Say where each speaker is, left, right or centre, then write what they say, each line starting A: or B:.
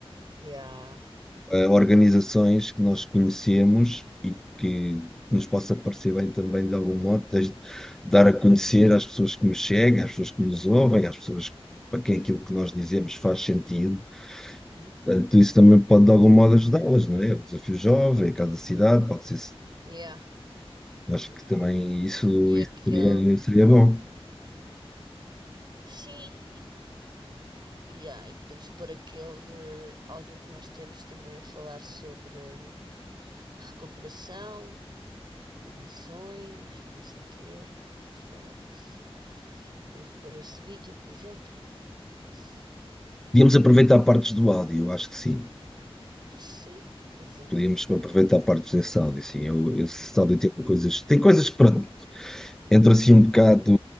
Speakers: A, on the right; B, in the centre.
A: yeah,
B: Eh, organizações que nós conhecemos e que nos possa parecer bem também de algum modo, desde dar a conhecer às pessoas que nos chegam, às pessoas que nos ouvem, às pessoas para quem aquilo que nós dizemos faz sentido.
A: uhum,
B: Portanto, isso também pode de algum modo ajudá-las, não é? O Desafio Jovem, a Casa da Cidade, pode ser,
A: yeah, uhum,
B: Acho que também isso,
A: e
B: isso
A: aquele,
B: seria, seria bom.
A: sim, Yeah, e podemos pôr aquele áudio que nós temos também a falar sobre hum, recuperação de adições e não sei o quê. Podemos falar nisso. Podemos pôr esse vídeo, por exemplo. Esse.
B: Podíamos aproveitar partes do áudio, acho que sim.
A: Sim, por exemplo.
B: Podíamos aproveitar partes desse áudio, sim. Eu, esse áudio tem coisas. Tem coisas que, pronto, entra assim um bocado.